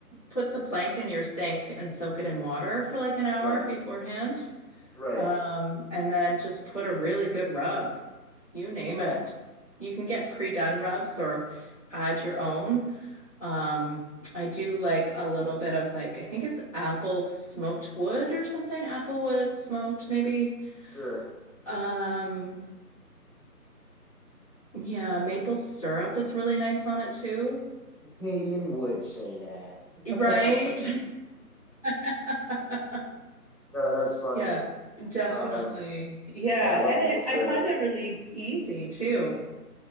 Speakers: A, on the left; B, on the right.
A: put the plank in your sink and soak it in water for like an hour
B: Right
A: beforehand.
B: right
A: Um, and then just put a really good rub. You name
B: okay
A: it. You can get pre-done rubs or add your own. Um, I do like a little bit of like I think it's apple smoked wood or something, Apple wood smoked maybe.
B: sure.
A: Um, yeah, maple syrup is really nice on it too.
B: A Canadian would say that. <laughs>
A: Right? <laughs>
B: No, that's funny.
A: Yeah, definitely.
B: Um,
A: Yeah,
B: yeah, I love
A: and
B: maple syrup.
A: I, I find it really easy too